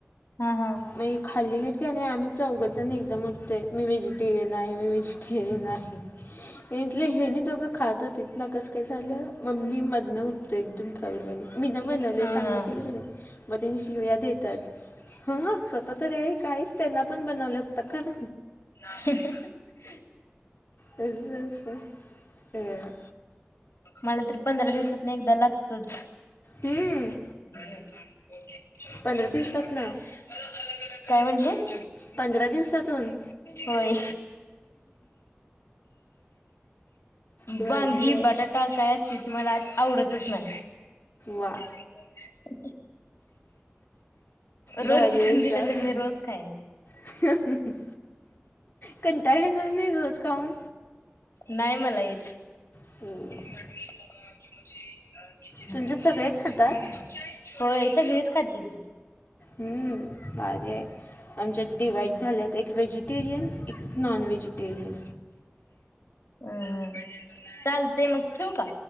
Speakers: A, on the left (about 85°); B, on the left (about 50°).
A: हा हा.
B: मग हे खाल्ली की आम्ही चौगचण एकदम उठतोय मी व्हेजट टेरियन आहे मी व्हेजिटेरियन आहे, इथले हेनी दोघं खात होतीत. न कस काय झालं मम्मी मधन ते एकदम प्राऊड बणेल, मी ना बनवले
A: हा
B: चांगले
A: हा
B: की नाही मग त्यांनी शिव्या देतात स्वतः तररी आईक, काहीच त्यांना पण बनवल्या होता खर.
A: <unintelligible>
B: बिझनेस होय, ए आय.
A: मला तर पंधरा दिवसात एकदा लागोतच <unintelligible>
B: हम्म पंधरा दिवसात ना
A: काय म्हटलीस?
B: पंधरा दिवसातून
A: होय,
B: भारी
A: वांगी,
B: आहे
A: बटाटा. काय असते ते, मला आवडतच नाय.
B: वा.
A: <unintelligible>
B: भारी
A: रोज चिकन
B: आहेसा
A: दिलं तर मी रोज खाईन.
B: <unintelligible> कंटाळ येणार नाही रोज खाऊन?
A: नाही मला येत.
B: हम.
A: <unintelligible> <unintelligible>
B: तुमच्यात सगळे खातात
A: होय सगळीच खाते ती.
B: हम्म भारी हाय. आमच्यात डिवायड झाल्यात, एक व्हेजिटेरियन, एक नॉन व्हेजिटेरियन.
A: हम्म चालतय मग ठिऊ का?